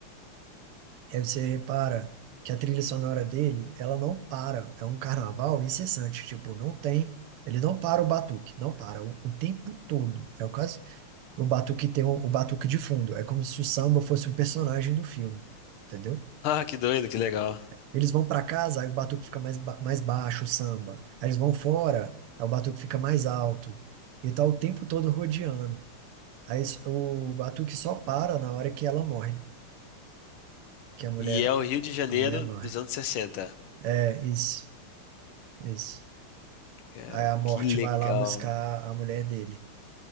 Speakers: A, on the right; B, on the left.
A: Aí você repara que a trilha sonora dele, ela não para. É um carnaval incessante. Tipo, não tem. Ele não para o batuque, não para o, o tempo todo. É quase o batuque tem o, o batuque de fundo. É como se o samba fosse um personagem do filme, entendeu?
B: <laughs> ah, que doido, que legal.
A: Eles vão para casa, aí o batuque fica mais, ba- mais baixo, o samba. Aí eles vão fora, aí o batuque fica mais alto. E tá o tempo todo rodeando. Aí s- o batuque só para na hora que ela morre, que a mulher,
B: E é o Rio de Janeiro
A: a mulher morre.
B: dos anos 60.
A: É isso. Isso.
B: Cara,
A: Aí a morte
B: que legal.
A: vai lá buscar a mulher dele.